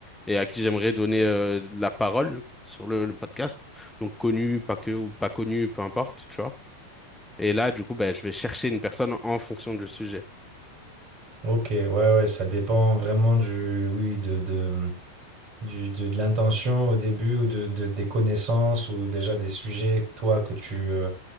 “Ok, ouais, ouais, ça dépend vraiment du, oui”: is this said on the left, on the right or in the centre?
Right